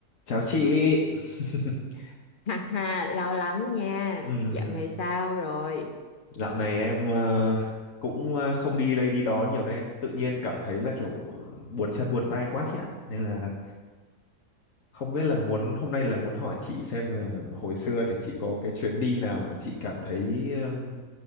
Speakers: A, on the left; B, on the left.
A: Chào chị. <laughs>
B: <laughs> Ha ha, lâu lắm nha.
A: Ừm,
B: Dạo này sao rồi?
A: dạo này em ờ, cũng ờ, không đi đây đi đó nhiều nên em tự nhiên cảm thấy là kiểu buồn chân buồn tay quá chị ạ. Nên là không biết là muốn hôm nay là muốn hỏi chị xem là hồi xưa thì chị có cái chuyến đi nào mà chị cảm thấy ừm,